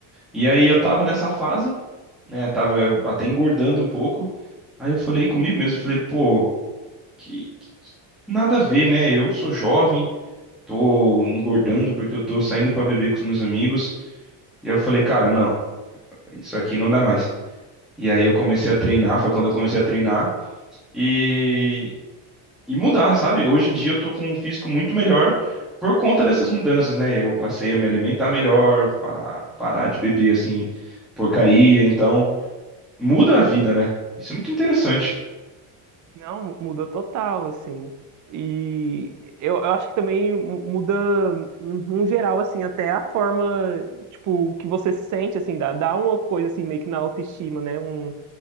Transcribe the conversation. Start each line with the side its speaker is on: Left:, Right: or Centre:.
Centre: E aí eu tava nessa fase, né, tava até engordando um pouco. Aí eu falei comigo mesmo, falei, pô, que, que- que- nada a ver, né? Eu sou jovem, tô engordando porque eu tô saindo pra beber com os meus amigos. E aí eu falei, cara, não, isso aqui não dá mais. E aí eu comecei a treinar, foi quando eu comecei a treinar. e, e mudar, sabe? Hoje em dia eu tô com um físico muito melhor por conta dessas mudanças, né? Eu passei a me alimentar melhor, pa- parar de beber assim, porcaria, então muda a vida, né? Isso é muito interessante.
Right: Não, muda total, assim. E eu, eu acho que também mu- muda, no geral, assim, até a forma, tipo, que você se sente, assim, dá, dá uma coisa, assim, meio que na autoestima, né? Um,